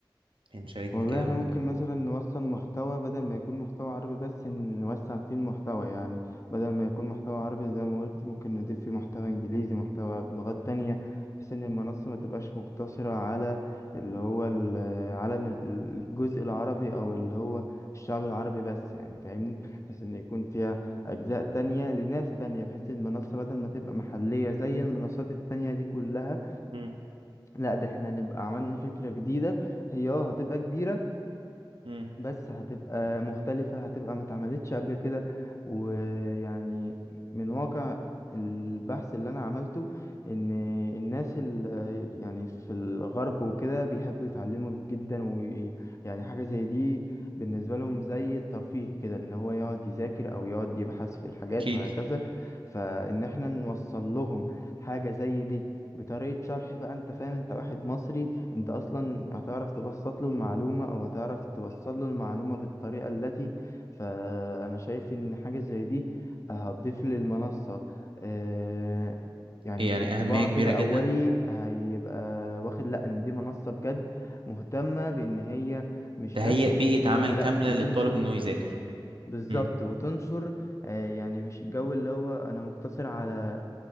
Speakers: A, on the right; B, on the left.
A: يعني شاركني
B: والله
A: كده
B: احنا
A: لو عندك
B: ممكن
A: أي افكار
B: مثلا نوصل محتوى بدل ما يكون محتوى عربي بس نوسع فيه المحتوى يعني بدل ما يكون محتوى عربي زي ما قلت ممكن نضيف فيه محتوى انجليزي محتوى بلغات تانية بحيث ان المنصة ما تبقاش مقتصرة على اللي هو العالم الجزء العربي او اللي هو الشعب العربي بس يعني فاهمني بحيث ان يكون فيها اجزاء تانية لناس تانية بحيث المنصة بدل ما تبقى محلية زي المنصات التانية دي كلها
A: مم.
B: لا ده احنا نبقى عملنا فكرة جديدة هي اه هتبقى كبيرة
A: مم.
B: بس هتبقى مختلفة هتبقى ما اتعملتش قبل كده ويعني من واقع البحث اللي انا عملته ان الناس ال- يعني في الغرب وكده بيحبوا يتعلموا جدا ويعني حاجة زي دي بالنسبة لهم زي الترفيه كده ان هو يقعد يذاكر او يقعد يبحث في الحاجات
A: أكيد
B: وهكذا فان احنا نوصل لهم حاجة زي دي بطريقة شرح بقى انت فاهم انت واحد مصري انت اصلا هتعرف تبسط له المعلومة او هتعرف توصل له المعلومة بالطريقة التي فانا شايف ان حاجة زي دي هتضيف للمنصة آه، يعني
A: إيه يعني
B: انطباع
A: أهمية كبيرة
B: كده
A: جدا
B: اولي هيبقى واخد لا ان دي منصة بجد مهتمة بان هي مش
A: تهيئ
B: بس تنشهر
A: بيئة عمل
B: لا
A: كاملة
B: دي
A: للطالب
B: تنشر
A: إنه يذاكر
B: بالظبط
A: امم
B: وتنشر آه، يعني مش الجو اللي هو انا مقتصر على